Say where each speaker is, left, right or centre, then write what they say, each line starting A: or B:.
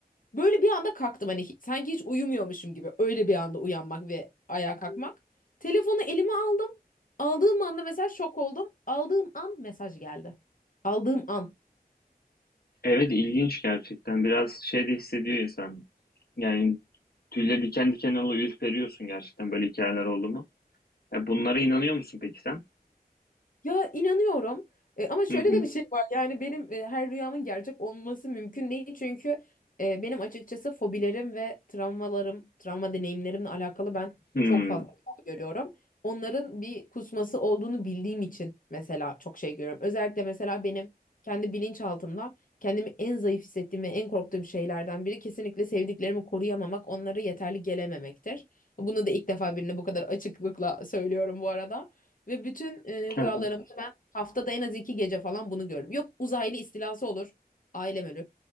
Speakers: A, on the left; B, on the left.
A: Böyle bir anda kalktım hani hi- sanki hiç uyumuyormuşum gibi. Öyle bir anda uyanmak ve ayağa kalkmak. Telefonu elime aldım. Aldığım anda mesela şok oldum. Aldığım an mesaj geldi. Aldığım an.
B: Evet ilginç gerçekten. Biraz şey de hissediyor insan. Yani Tüyleri diken diken oluyor, ürperiyorsun gerçekten böyle hikayeler oldu mu? Ya bunlara inanıyor musun peki sen?
A: Ya inanıyorum. E, ama şöyle
B: Hı hı.
A: de bir şey var. Yani benim e, her rüyamın gerçek olması mümkün değil. Çünkü e, benim açıkçası fobilerim ve travmalarım, travma deneyimlerimle alakalı ben
B: Hmm.
A: çok fazla şey görüyorum. Onların bir kusması olduğunu bildiğim için mesela çok şey görüyorum. Özellikle mesela benim kendi bilinçaltımda kendimi en zayıf hissettiğim ve en korktuğum şeylerden biri kesinlikle sevdiklerimi koruyamamak, onlara yeterli gelememektir. Bunu da ilk defa birine bu kadar açıklıkla söylüyorum bu arada. Ve bütün e,
B: <laughs>
A: rüyalarımda ben haftada en az iki gece falan bunu görürüm. Yok uzaylı istilası olur, ailem ölür.